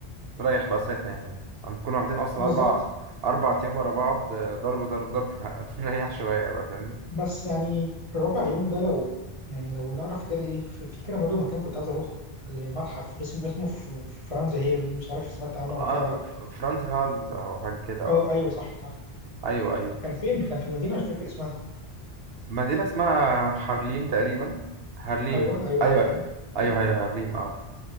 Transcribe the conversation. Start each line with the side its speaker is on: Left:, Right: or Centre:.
Right: فنريح بقى ساعتها يعني هنكون واخدين اصلا
Left: بالظبط
Right: اربع اربع ايام ورا بعض آه، ضرب ضرب ضرب <laughs> فنريح شوية بقى فاهمني
Left: بس يعني ربع يوم ده لو يعني لو نعرف كده ايه في في كده برضه مكان كنت عايز اروحه لمتحف اسمه اسمه في في فرنسا هي اللي مش عارف سمعت عنه قبل
Right: اه
Left: كده ولا لا
Right: ف- فرانز هالز او حاجة كده اه
Left: اه ايوه صح صح
Right: ايوه ايوه
Left: كان فين كان في مدينه مش فاكر اسمها
Right: مدينة اسمها هارليم تقريبا هارليم
Left: ايوه ايوه
Right: ايوه
Left: هارليم ايوه
Right: ايوه هي هارليم اه